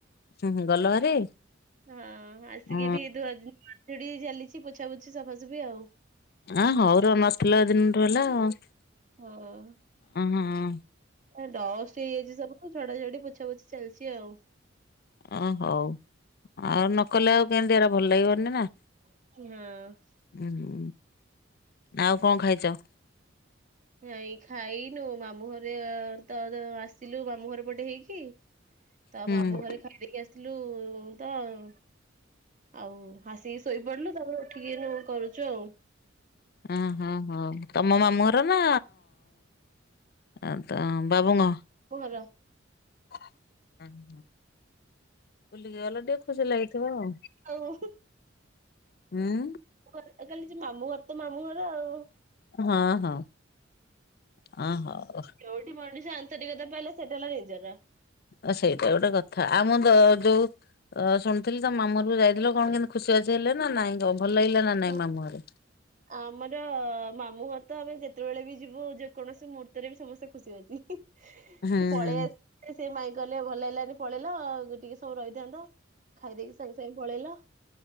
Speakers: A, on the left; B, on the right.
A: ହୁଁ, ହୁଁ, ଗଲ ଭାରି?
B: ହଁ, ଆସିକି
A: ଅ
B: ଟିକେ ଧୁଆ ଧୋଇ ଚାଲିଛି ପୋଛା ପୋଛି ସଫାସୁଫି ଆଉ।
A: ଆ ହଉ ର ନଥିଲା ଦିନଠୁ ହେଲା ଆଉ।
B: ଓହ
A: ଅ ହଁ
B: ଡଷ୍ଟ ହେଇଯାଇଛି ସବୁ। ଝଡା ଝଢି ପୋଛା ପୋଛିି ଚାଲିଛି ଆଉ।
A: ଓ ହଉ ଆଉ ନକଲେ ଆଉ କେମିତି ଏରା ଭଲ ଲାଗିବନି ନା
B: ହଁ।
A: ହୁଁ ଆଉ କଣ ଖାଇଛ?
B: ନାଇଁ ଖାଇନୁ ମାମୁ ଘରେ ତ ଆସିଲୁ ମାମୁ ଘର ପଟେ ହେଇକି। ତ
A: ହୁଁ
B: ମାମୁଁ ଘରେ ଖାଇିଦେଇକି ଆସିଲୁ ତାଇଁ ଆଉ ଆସିକି ଶୋଇପଡିଲୁ ତା ପରେ ଉଠିକି ସବୁ କରୁଛୁ ଆଉ।
A: ଓହୋ ହୋ ତମ ମାମୁଁ ଘର ନା ଏ ତ ଅ ବାବୁଙ୍କ
B: କୁ ହର
A: ଅ ହଁ। ବୁଲିକି ଗଲ ଟିକେ ଖୁସି ଲାଗିଥିବ ଆଉ
B: ଆଉ
A: ଉଁ
B: ମୁଁ କହିଲି ଚି ମାମଁ ଘର ତ ମାମୁଁ ଘର ଆଉ।
A: ହଁ ହଁ ହଁ ହଉ।
B: ଯୋଉଠି ମଣିଷ ଆନ୍ତରିକତା ପାଇଲେ ସେଟା ହେଲା ନିଜର।
A: ଓ ସେଇଟା ଗୋଟେ କଥା ଆମ ତ ଯୋଉ ତ ଶୁଣିଥିଲି ତମ ମାମୁଁ ଘରକୁ ଯାଇଥିଲ କଣ କେମିତି ଖୁସିବାସି ହେଲେ ନା ନାଇଁ ଭଲ ଲାଗିଲା ନା ନାଇଁ
B: ହଁ
A: ମାମୁଁ ଘରେ?
B: ଆମର ମାମୁଁ ଘର ତ ଆମେ ଯେତେବେଳେ ବି ଯିବୁ ଯେକୌଣସି ମୁହୂର୍ତ୍ତରେ ବି ସମସ୍ତେ ଖୁସିବାସି।
A: ହୁଁ
B: ପଳେଇ
A: ହୁଁ।
B: ଆସ ସେ ମାଇଁ କହିଲେ ଭଲ ହେଲାନି ପଳେଇଲ ଆଉ ଟିକେ ସମୟ ରହିଥାନ୍ତ। ଖାଇଦେଇକି ସାଙ୍ଗେ ସାଙ୍ଗେ ପଳେଇଲ।